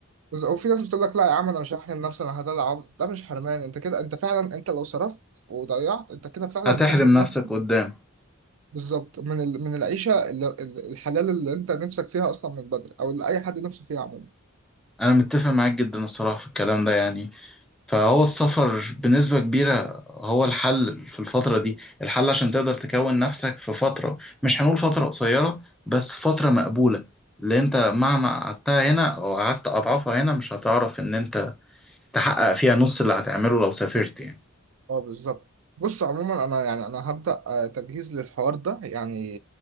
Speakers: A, on the right; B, in the centre.
A: بز- وفي ناس بتقول لك لا يا عم انا مش هحرم نفسي انا هدلع عمري. ده مش حرمان انت كده انت فعلا انت لو صرفت وضيعت انت كده فعلا
B: هتحرم
A: بتحرم
B: نفسك
A: نفسك
B: قدام
A: بالظبط من ال... من العيشه ال- ال- الحلال اللي انت نفسك فيها اصلا من بدري او اللي اي حد نفسه فيها عموما
B: أنا متفق معاك جدا الصراحة في الكلام ده يعني فهو السفر بنسبة كبيرة هو الحل في الفترة دي الحل عشان تقدر تكون نفسك في فترة مش هنقول فترة قصيرة بس فترة مقبولة اللي انت مهما قعدتها هنا او قعدت اضعافها هنا مش هتعرف ان انت تحقق فيها نص اللي هتعمله لو سافرت يعني
A: اه بالظبط بص عموما انا يعني انا هبدا آه، تجهيز للحوار ده يعني